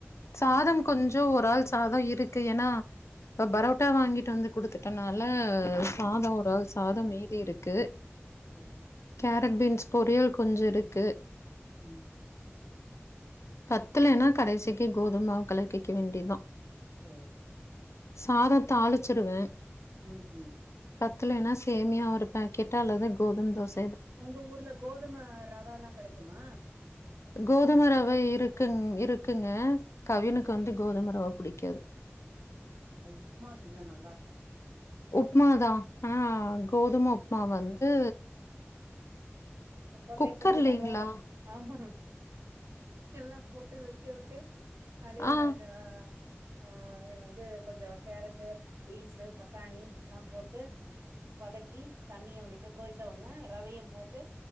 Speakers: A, on the right; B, on the left.
A: சரி
B: சாதம் கொஞ்சோ ஒரு ஆள் சாதோ இருக்கு, ஏன்னா? இப்ப பரோட்டா வாங்கிட்டு வந்து குடுத்துட்டனால, சாதோ ஒரு ஆள் சாதோ மீதி இருக்கு.
A: ம்
B: கேரட் பீன்ஸ் பொரியல் கொஞ்சோ இருக்கு!
A: ம்
B: பத்தலன்னா! கடைசிக்கு கோதும மாவு கலக்கிக்க வேண்டிதா
A: சேரி
B: சாதோ தாளிச்சிருவ
A: ம் ம்!
B: பத்தலன்னா சேமியா ஒரு பேக்கெட் அல்லது கோதும தோச
A: உங்க ஊர்ல கோதுமை ரவல்லா கெடைக்குமா?
B: கோதும ரவ இருக்குங் இருக்குங்க. கவினுக்கு
A: ஆ
B: வந்து கோதும ரவ புடிக்காது!
A: அது உப்மா செஞ்ஜா நல்லாருக்கும்
B: உப்மா தா ஆனா கோதும உப்மா வந்து,
A: குக்கர்லே
B: குக்கர்லைங்களா
A: செஞ்சு நல்லா இரு ஆமா எல்லா போட்டு வெடிக்க உட்டு காலைல
B: ஆ
A: தா வந்தா ஆஹ் இது கொஞ்சோ கேரட்டு, பீன்ஸு, பட் டாணி எல்லா போட்டு வதக்கி! தண்ணியு விட்டு கொய்ச்ச ஒட்ன ரவையு போட்டு